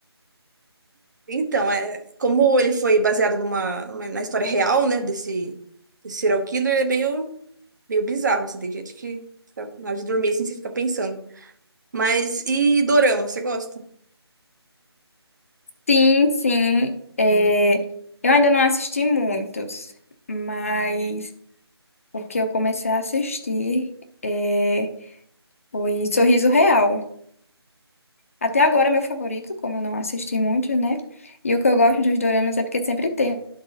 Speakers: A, on the right; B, on the left.
A: Então, é, como ele foi baseado numa, numa- na história real, né, desse, desse serial killer, é meio, meio bizarro, assim, tem gente que fica- na hora de dormir, assim, você fica pensando. Mas, e Dorama, você gosta?
B: Sim, sim, é, eu ainda não assisti muitos, mas o que eu comecei a assistir é, foi Sorriso Real. Até agora é meu favorito, como eu não assisti muito né? E o que eu gosto dos doramas é porque sempre tem